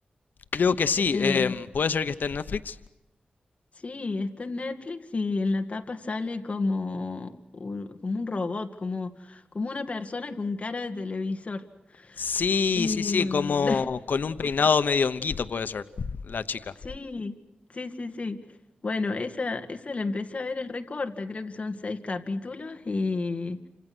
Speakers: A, on the left; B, on the left.
A: Creo que sí,
B: Eh,
A: em, puede ser que esté en Netflix.
B: sí, está en Netflix y en la tapa sale como, un- como un robot, como, como una persona con cara de televisor.
A: Sí,
B: Y
A: sí, sí,
B: mm,
A: como con un peinado medio honguito puede ser, la
B: <laughs>
A: chica.
B: sí, sí, sí, sí. Bueno, esa, esa la empecé a ver, es recorta, creo que son seis capítulos y